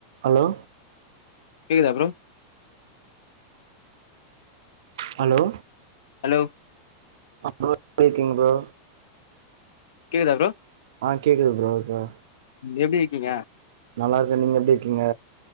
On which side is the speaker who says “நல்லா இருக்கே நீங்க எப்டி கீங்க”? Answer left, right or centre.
Right